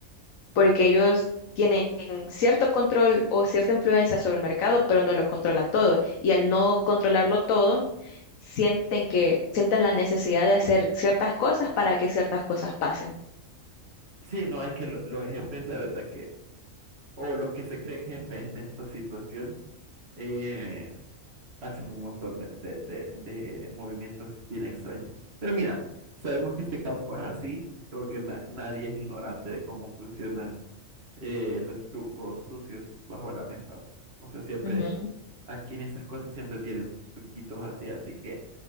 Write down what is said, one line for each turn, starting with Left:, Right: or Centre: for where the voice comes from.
Left: porque ellos tienen cierto control o cierta influencia sobre el mercado, pero no lo controlan todo. Y al no controlarlo todo, sienten que, sienten la necesidad de hacer ciertas cosas para que ciertas cosas pasen.
Right: Sí, no, es que lo- los jefes, la verdad que, o los que se creen jefes en esta situación, eh, hacen un montón de, de- de- de movimientos bien extraños. Pero mira, sabemos que este campo es así, creo que na- nadie es ignorante de cómo funcionan eh, los trucos sucios bajo la mesa. O sea, siempre,
Left: Ujú.
Right: aquí en estas cosas siempre tienen truquitos así, así que